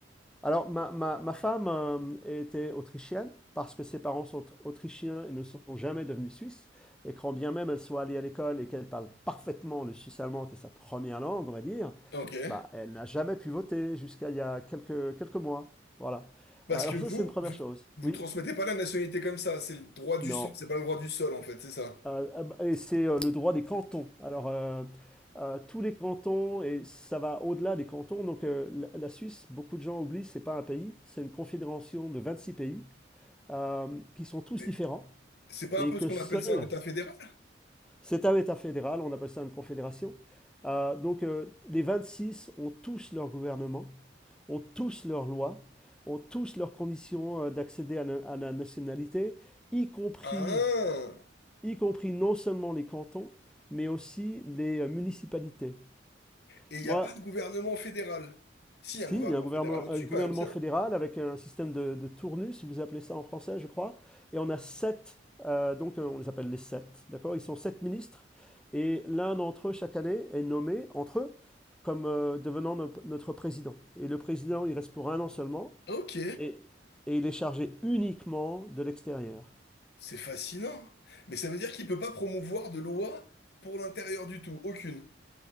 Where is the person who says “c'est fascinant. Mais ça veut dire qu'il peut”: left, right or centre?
Left